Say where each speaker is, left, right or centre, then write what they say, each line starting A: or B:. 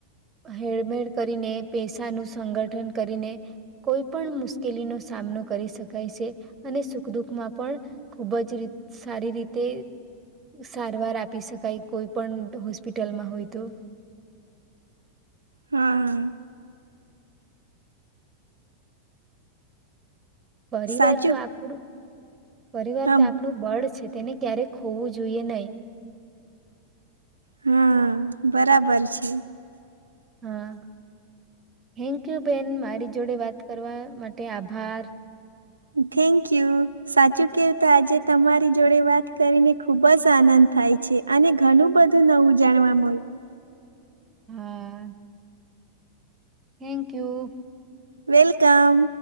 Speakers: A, on the right; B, on the right.
A: હેળમેળ કરીને પેસા ન સંગઠન કરીને કોઈ પણ મુશ મુશ્કેલીનો સામનો કરી શકાય છે અને સુખ દુઃખ માં પણ ખુબ જ સારી રીતે સારવાર આપી શકાય કોઈ પણ હોસ્પિટલમાં હોય તો.
B: હા.
A: પરિવાર
B: સાચું
A: તો આપણુ પરિવાર
B: હા
A: તો આપણું બળ છે તેને ક્યારેક હોવું જોઈએ નહી
B: હા બરાબર છે.
A: હા, થેન્ક યુ બેન મારી જોડે વાત કરવા માટે આભાર
B: થેન્કયુ સાચું કેવું તો આજે તમારી જોડે વાત કરીને ખુબ જ આનંદ થાય છે અને ઘણું બધું નવું જાણવા મળ્યું.
A: હા થેન્ક યુ.
B: વેલકમ